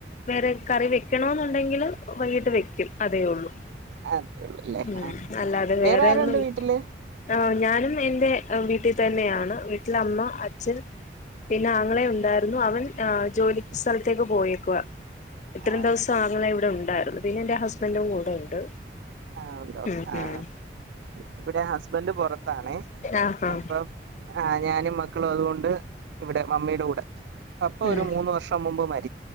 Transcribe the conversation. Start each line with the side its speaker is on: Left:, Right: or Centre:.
Left: വേറെ കറി വെക്കണ എന്നുണ്ടെങ്കിൽ വൈകിട്ട് വെക്കും അതേ ഉള്ളൂ
Right: ആ അത്രേ ഉള്ളൂ അല്ലേ
Left: ഉ
Right: ആ
Left: അല്ല അത
Right: വേറെ
Left: വേറെയന്നും
Right: ആരുണ്ട് വീട്ടില്
Left: ആ ഞാനും എൻറെ വീട്ടിൽ തന്നെയാണ് വീട്ടില അമ്മ അച്ഛൻ പിന്നെ ആങ്ങളെ ഉണ്ടായിരുന്നു അവൻ ആ ജോലി സ്ഥലത്തേക്ക് പോയിയേക്കുക ഇത്രയും
Right: ആ
Left: ദിവസം ആങ്ങനെ ഇവിടെ ഉണ്ടായിരുന്നു പിന്നെ എന്റെ ഹസ്ബൻറും കൂടെ ഉണ്ട്
Right: ആഹ ഉണ്ടോ
Left: ഉം
Right: ആഹ
Left: ഉം
Right: ഇപ്പടെ ഞൻ ഹസ്ബൻഡ് പുൊറത്താണേ
Left: ആഹ് ആഹ്
Right: അപ്പൊ ആ് ഞാനും മക്കളും അതുകൊണ്ട് ഇവിടെ മമ്മിയുടെ കൂടെ അപ്പ
Left: ഉം
Right: ഒരു മൂന്ന് വർഷം മുമ്പ് മരിക്ക